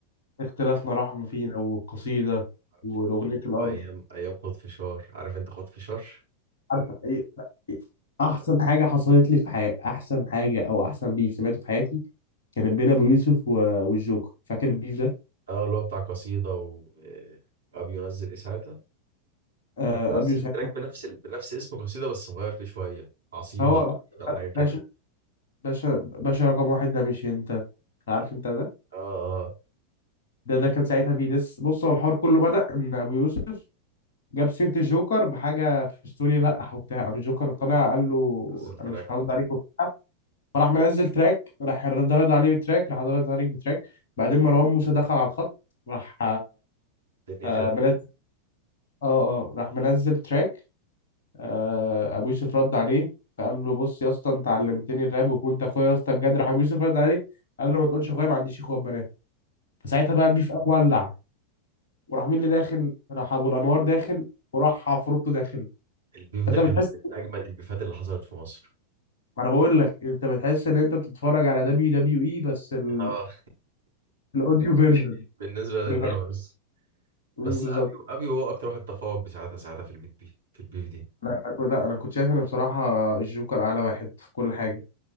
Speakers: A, on the left; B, on the right.
A: اختلافنا رحم فينا وقصيدة
B: عارفه.
A: والأغنية الأب
B: ايام ايام خد فشار عارف انت خد فشار
A: عارفه إيه- ف- إيه؟ احسن حاجه حصلت لي في حياتي احسن حاجه او احسن بيف سمعته في حياتي كانت بين ابو يوسف و... والجوكر فاكر البيف ده
B: اه اللي هو بتاع قصيده و... وابي ينزل ايه ساعتها
A: آه
B: ابي ينزل
A: ابي يوسف
B: تراك بنفس ال... بنفس اسم قصيده بس مغير فيه شويه عصيده
A: هو
B: تقريبا حاجه كده
A: باشا باشا باشا رقم واحد ده مش انت عارف انت ده
B: اه آه.
A: ده ده كان ساعتها بيدس بص هو الحوار كله بدأ ان ابو يوسف جاب سيرة الجوكر بحاجة في ستوري لقح وبتاع قام الجوكر طلع قال له
B: نزل تراك
A: انا مش
B: على
A: هرد
B: طول
A: عليك وبتاع فراح منزل تراك راح رد عليه بتراك راح رد عليك بتراك بعدين مروان موسى دخل على الخط راح
B: الدنيا
A: آه
B: خير
A: منزل اه اه راح منزل تراك آه ابو يوسف رد عليه فقال له بص يا اسطى انت علمتني الراب وكنت اخويا يا اسطى بجد راح ابو يوسف رد عليه قال له ما تقولش اخويا ما عنديش اخوات بنات فساعتها بقى البيف قام ولع وراح مين اللي داخل راح ابو الانوار داخل وراح عفروتو داخل
B: البيف
A: انت
B: ده كان
A: بتحس
B: من اجمد البيفات اللي حصلت في مصر
A: ما انا بقول لك انت بتحس ان انت بتتفرج على دبليو دبليو اي بس ال...
B: اه
A: الاوديو فيرجن
B: <laughs> بالنسبه للرابرز
A: بجد. <laughs> مم،
B: بس
A: بالظبط
B: ابي ابي هو اكتر واحد تفوق بساعتها ساعتها في البيت دي في البيف دي
A: لا انا كنت لا، أنا كنت شايف ان بصراحه الجوكر اعلى واحد في كل حاجه